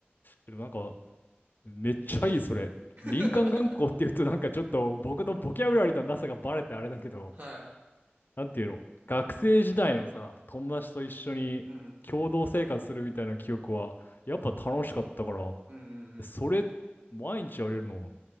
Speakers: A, on the left; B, on the right.
A: でもなんか、めっちゃいい、それ。
B: <laughs>
A: 林間学校っていうと、なんかちょっと僕のボキャブラリーのなさがバレてあれだけど、
B: はい。
A: なんていうの、学生時代のさ、友達と一緒に共同生活するみたいな記憶は、
B: うん。
A: やっぱ楽しかったから、
B: うんうんうん。
A: それ、毎日やれるの、